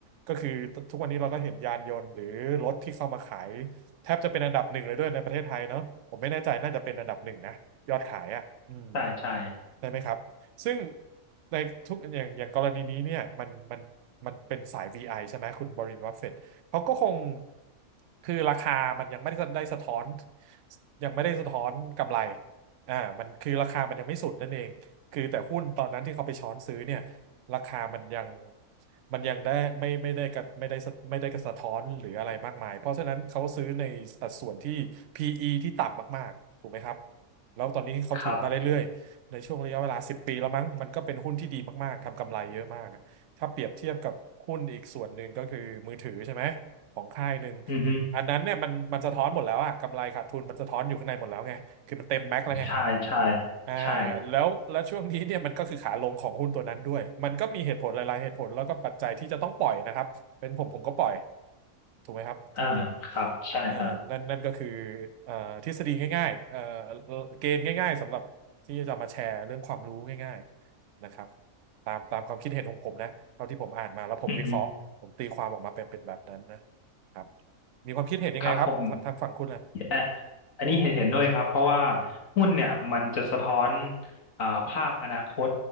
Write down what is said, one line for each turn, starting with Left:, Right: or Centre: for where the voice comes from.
Right: ก็คือทุกวันนี้เราก็เห็นยานยนต์หรือรถที่เข้ามาขายแทบจะเป็นอันดับหนึ่งเลยด้วยในประเทศไทยเนาะผมไม่แน่ใจน่าจะเป็นอันดับหนึ่งนะยอดขายอ่ะอืม
Left: ใช่ใช่
Right: ได้ไหมครับ ซึ่งในทุกอย่างอย่างกรณีนี้เนี่ยมันมันมันเป็นสาย VI ใช่ไหมคุณบรินวัฟเฟตเขาก็คงคือราคามันยังไม่ได้ได้สะท้อนยังไม่ได้สะท้อนกำไรอ่ามันคือราคามันยังไม่สุดนั่นเอง คือแต่หุ้นตอนนั้นที่เขาไปช้อนซื้อเนี่ยราคามันยังมันยังได้ไม่ไม่ได้กับไม่ได้สะไม่ได้กระสะท้อนหรืออะไรมากมายเพราะฉะนั้นเขาซื้อในสัดส่วนที่ PE ที่ต่ำมากๆถูกไหมครับแล้วตอนนี้เขาถือมาเรื่อย
Left: ครับ
Right: ในช่วงระยะเวลาสิบปีแล้วมั้งมันก็เป็นหุ้นที่ดีมากๆทำกำไรเยอะมากอะถ้าเปรียบเทียบกับหุ้นอีกส่วนหนึ่งก็คือมือถือใช่ไหมของค่ายหนึ่ง
Left: อือฮึ
Right: อันนั้นเนี่ยมันมันสะท้อนหมดแล้วอะกำไรขาดทุนมันสะท้อนอยู่ข้างในหมดแล้วไงคือมันเต็มแม็กซ์แล้วไง
Left: ใช่ใช่
Right: อ่า
Left: ใช่
Right: แล้วแล้วช่วงนี้เนี่ยมันก็คือขาลงของหุ้นตัวนั้นด้วยมันก็มีเหตุผลหลายๆเหตุผลแล้วก็ปัจจัยที่จะต้องปล่อยนะครับ เป็นผมผมก็ปล่อยถูกไหมครับถ้าจะ
Left: อ่าครับใช่ฮะ
Right: เอ่อนั่นนั่นก็คือเอ่อทฤษฎีง่ายๆเอ่อเกณฑ์ง่ายๆสำหรับที่จะมาแชร์เรื่องความรู้ง่ายๆนะครับตามตามความคิดเห็นของผมนะเท่าที่ผมอ่านมาแล้วผมวิเคราะห์ผมตีความออกมาเป็นเป็นแบบนั้นนะ
Left: อือฮึ
Right: ครับมีความคิดเห็นยังไงครับทางทางฝั่งคุณนะ
Left: ครับผมอ่ะอันนี้เห็นเห็นด้วยครับเพราะว่าหุ้นเนี่ยมันจะสะท้อนอ่าภาพอนาคต